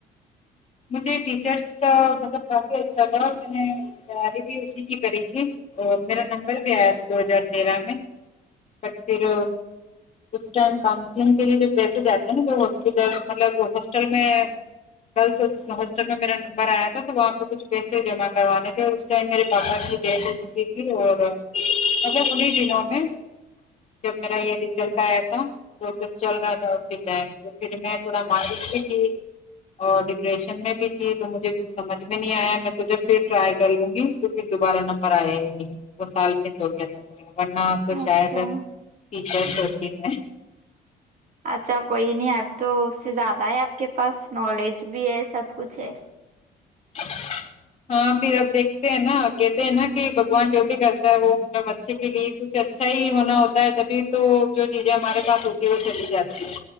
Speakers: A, on the left (about 40°); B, on the right (about 50°).
A: مجھے ٹیچرس کا ا مطلب کافی اچھا تھا میں نے تیاری بھی اسی کی کری تھی اور میرا نمبر بھی آیا تھا دو ہزار تیرہ میں بٹ پھر اس ٹائم کاؤنسلنگ کےلیے جو پیسے جاتے ہیں نا کہ ہاسپٹل مطلب ہاسٹل میں گرلس ہاسٹل میں میرا نمبر آیا تھا تو وہاں پہ کچھ پیسے جمع کروانے تھے کیا میرے پاپا کی ڈیتھ ہو چکی تھی اور مطلب ان ہی دنوں میں جب میرا یہ ریزلٹ آیا تھا کورسس چل رہا تھا اسی ٹائم تو پھر میں تھوڑا مری ٹھی کی اور ڈپریشن میں بھی تھی تو مجھے کچھ سمجھ میں نہیں آیا میں سوچا پھر ٹرائی کر لوں گی تو پھر دوبارہ نمبر آیا ہی نہی وہ سال مس ہو گیا تھا ورنا
B: اچھا
A: شاید ٹیچرس ہوتی میں
B: اچھا کوئی نہیں اب تو اس سے زیادہ ہے آپ کے پاس نالج بھی ہے سب کچھ ہے
A: <unintelligible> ہاں پھر اب دیکھتے ہیں نا کہتے ہیں نا کہ بھگوان جو بھی کرتا ہے وہ مطلب اچھے کے لیے کچھ اچھا ہی ہونا ہوتا ہے تبھی تو جو چیزیں ہمارے پاس ہوتی ہے وہ چلی جاتی ہیں